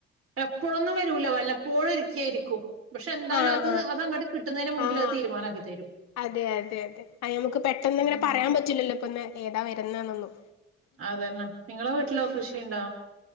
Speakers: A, on the right (about 50°); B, on the left (about 60°).
A: എപ്പോഴൊന്നും വരൂല്ല വല്ലപ്പോഴും ഒരിക്കെയാ യിരിക്കും. പക്ഷെ എന്താലും
B: ആഹ്
A: അത്
B: ആഹ്
A: അത് അങ്ങട്ട് കിട്ടുന്നതിന് മുമ്പിൽ
B: ആഹ്
A: അത് തീരുമാനാക്കി തരും
B: അതെ അതെ അതെ അ നമക്ക് പെട്ടെന്ന് അങ്ങനെ
A: ഉം
B: പറയാൻ പറ്റില്ലല്ലോ ഇപ്പന്ന് ഏതാ വരുന്നേനൊന്നും
A: അതന്നാ നിങ്ങളെ വീട്ടിലോ കൃഷിണ്ടോ